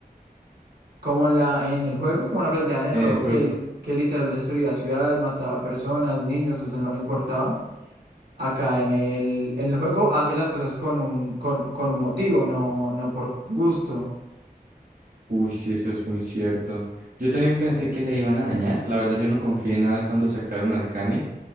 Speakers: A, on the right; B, on the right.
A: como en la, en el juego, como la planteaban en
B: el
A: el juego,
B: juego.
A: que, el- que literal destruía ciudades, mataba personas, niños, eso no le importaba. acá en el, en el juego hace las cosas con un, con, con un motivo, no, no por gusto,
B: Uy, sí, eso es muy cierto. Yo también pensé que le iban a dañar. La verdad, yo no confié en nada cuando sacaron Arcane,